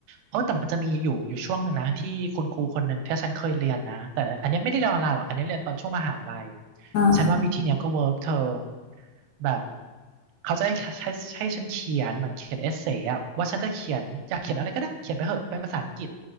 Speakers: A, on the right; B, on the left.
A: โอ้แต่มันจะมีอยู่อยู่ช่วงหนึ่งนะที่คุณครูคนหนึ่งที่ฉันเคยเรียนนะแต่อันเนี้ยไม่ได้เรียนออนไลน์หรอกอันเนี้ยเรียนตอนช่วงมหาลัย
B: อ่า
A: ฉันว่าวิธีเนี้ยก็เวิร์กเธอแบบเขาจะให้ให้ให้ฉันเขียนเหมือนเขียนเอเซ่อะว่าฉันจะเขียนอยากเขียนอะไรก็ได้เขียนไปเหอะเป็นภาษาอังกฤษ